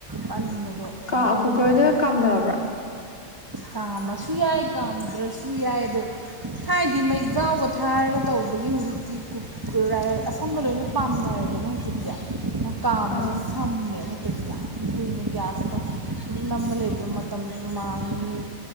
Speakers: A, on the right; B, on the left.
A: ꯀꯟꯕꯗꯣ
B: ꯀꯥ
A: ꯃꯍꯥꯎ
B: ꯀꯨꯀꯔꯗ
A: ꯃꯥꯡꯕꯅꯤ
B: ꯀꯥꯝꯅꯕ꯭ꯔꯥ
A: ꯀꯥꯝꯃꯁꯨ ꯌꯥꯏ ꯀꯥꯝꯗ꯭ꯔꯁꯨ ꯌꯥꯏ ꯑꯗꯣ ꯊꯥꯏꯅꯗꯤ ꯃꯩ ꯖꯥꯎꯒ ꯊꯥꯔꯒ ꯇꯧꯕꯒꯤ ꯍꯧꯖꯤꯛꯇꯤ ꯀꯨꯀꯥꯔ ꯔꯥꯁ ꯑꯁꯥꯝꯕ ꯂꯣꯏꯅ ꯄꯥꯝꯅꯔꯦꯗꯅ ꯍꯧꯖꯤꯛꯇꯤ ꯀꯥꯝꯕꯅꯥ
B: ꯑꯥ
A: ꯁꯝꯃꯦ ꯅꯠꯇ꯭ꯔꯗꯤ ꯌꯥꯝ ꯀꯨꯏꯅ ꯒ꯭ꯌꯥꯁꯇ ꯁꯨꯝ ꯅꯥꯝꯃꯒꯥ ꯂꯩꯕꯗꫭ ꯑꯗꯨ ꯃꯇꯝꯁꯨ ꯃꯥꯡꯉꯤ